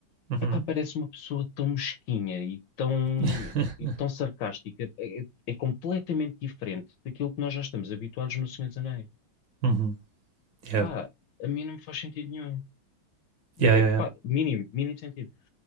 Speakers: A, on the right; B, on the left.
A: uhum.
B: epá, parece uma pessoa tão mesquinha e tão,
A: <laughs>
B: e tão sarcástica. É, é- é completamente diferente daquilo que nós já estamos habituados no Senhor dos Anéis.
A: Uhum. Yeah.
B: Pá, a mim não me faz sentido nenhum.
A: Yeah,
B: Eh,
A: yeah,
B: pá,
A: yeah.
B: mínimo, mínimo sentido.